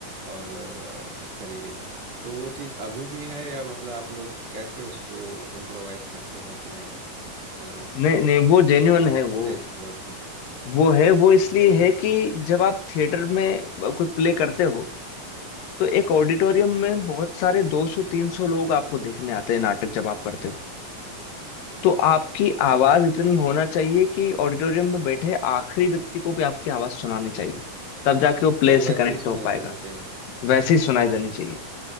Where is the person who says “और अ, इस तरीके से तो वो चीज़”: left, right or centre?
Right